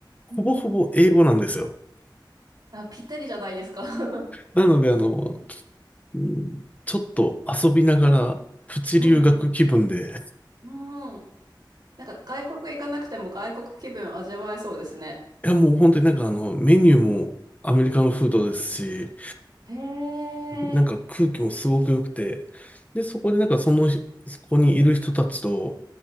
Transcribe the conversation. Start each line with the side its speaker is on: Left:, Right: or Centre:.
Left: ほぼほぼ英語なんですよ。
Right: うんうん。あ、ぴったりじゃないですか。<laughs>
Left: なので、あの、うん、ちょっと遊びながら、プチ留学気分で、
Right: うんうん。うん。なんか外国行かなくても外国気分味わえそうですね。
Left: いやもう本当になんかあの、メニューもアメリカンフードですし、
Right: へえ。
Left: なんか空気もすごく良くて、で、そこでなんかその、そこにいる人たちと、